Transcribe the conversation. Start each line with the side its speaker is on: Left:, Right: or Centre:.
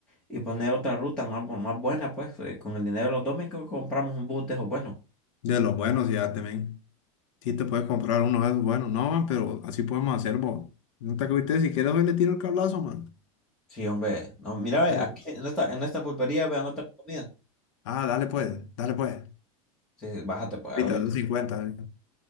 Centre: y poner otra ruta más, bu- más buena, pues, eh, con el dinero de los domingos compramos un bus de esos buenos.
Left: de los buenos, fíjate, men. Sí te puedes comprar uno de esos buenos, no, man, pero así podemos hacer, vos. No te agüites, si quieres hoy le tiro el cablazo, man.
Centre: Sí, hombre. No, mira, ve,
Left: Dale.
Centre: aquí en esta, en esta pulpería, vean otra comida.
Left: Ah, dale pues, dale pues.
Centre: Sí, sí, bájate, pues, ahorita.
Left: Ahorita, 250. eh.